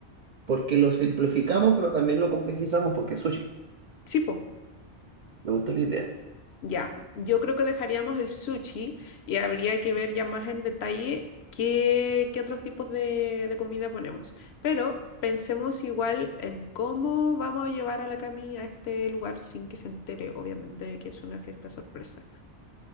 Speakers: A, on the right (about 60°); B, on the left (about 65°).
A: porque lo simplificamos, pero también lo complejizamos porque es sushi.
B: Sí, pues.
A: Me gusta la idea.
B: Ya, yo creo que dejaríamos el sushi y habría que ver ya más en detalle qué, qué otros tipos de, de comida ponemos. Pero pensemos igual en cómo vamos a llevar a la Cami a este lugar sin que se entere, obviamente, de que es una fiesta sorpresa.